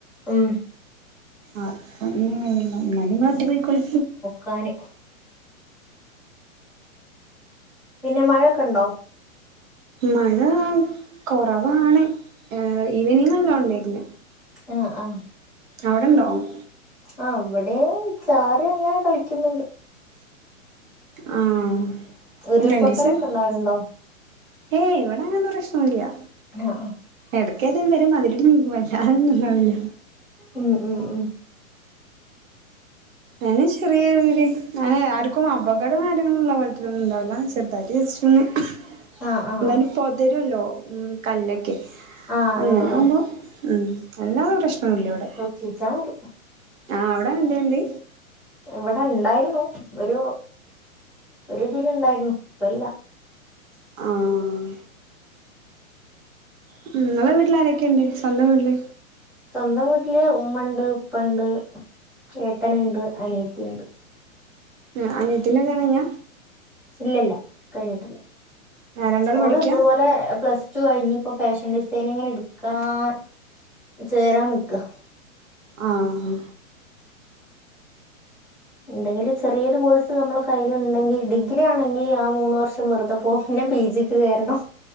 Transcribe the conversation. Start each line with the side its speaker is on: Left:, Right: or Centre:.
Centre: ഉം
Right: ആഹ് <unintelligible> <unintelligible> ഇന്നാ ഇങ്ങള് ഒറ്റക്ക് പൊയിക്കോളി.
Centre: കാന് പിന്നെ മഴൊക്കെണ്ടോ
Right: മഴ കൊറവാണ് ഏഹ് ഈവനിങ്ങല്ലോ ണ്ടായിർന്ന്.
Centre: അഹ് അഹ്
Right: അവ്ടെ ഇണ്ടാവും.
Centre: ആഹ് ഇവടെയ് ചാറി അങ്ങനെ കളിക്കുന്നുണ്ട്.
Right: ആഹ്
Centre: ഉരുൾപൊട്ടലൊക്കെ
Right: രണ്ടീസെയ്
Centre: ഉണ്ടാവലുണ്ടോ
Right: ഏയ് ഇവിടെ അങ്ങനത്തെ പ്രശ്നോന്നൂല്ല
Centre: അഹ് അഹ്
Right: എടക്കേതേലും വരും <unintelligible> അതൊന്നും ഇല്ലാവില്ല
Centre: ഉം ഉം ഉം
Right: <unintelligible> ചെറിയരീതി എന്നാല് ആർക്കും അപകടം കാര്യങ്ങളുള്ള പോലത്തെ ഒന്നും ഉണ്ടാവില്ല ചെറുതായി <unintelligible>
Centre: ആഹ് ആഹ്
Right: എന്നാലും
Centre: ആഹ്
Right: പൊതരല്ലോ ഉം കല്ലൊക്കെ
Centre: ആഹ് അങ്ങനെല്ലേ
Right: അങ്ങനാവുമ്പൊ ഉം അല്ലാതെ പ്രശ്നൂല്ല അവടെ
Centre: ജയ്ച്ചാ മതി
Right: ആഹ് അവ്ടെന്തേണ്ട്
Centre: ഇവടെണ്ടായിരുന്നു ഒരു ഒരു ഇതീലെണ്ടായിരുന്നു ഇപ്പല്ല
Right: ആഹ് ഉം ഇങ്ങളെ വീട്ടിലാരൊക്കെണ്ട് സ്വന്തം വീട്ടില്
Centre: സ്വന്തം വീട്ടില് ഉമ്മണ്ട് ഉപ്പണ്ട് ഏട്ടനിണ്ട് അനിയത്തിയെണ്ട്.
Right: ആഹ് അനിയത്തിനെ കണിഞ്ഞ
Centre: ഇല്ലില്ല കഴിഞ്ഞിട്ടില്ല
Right: രണ്ടാളും
Centre: ഓള്
Right: പഠിക്കാ
Centre: ഇതേപോലെ പ്ലസ് ടു കഴിഞ്ഞ് ഇപ്പൊ ഫാഷൻ ഡിസൈനിങ്ങിനെട്ക്കാൻ ചേരാൻ നിക്ക
Right: ആഹ്
Centre: എന്തെങ്കിലും ചെറിയൊരു കോഴ്സ് നമ്മളെ കയ്യിലെണ്ടെങ്കിൽ ഡിഗ്രി ആണെങ്കി ആ മൂന്ന് വർഷം വെറ്തെ പോവും പിന്നെ പി ജി ക്ക് കേറണം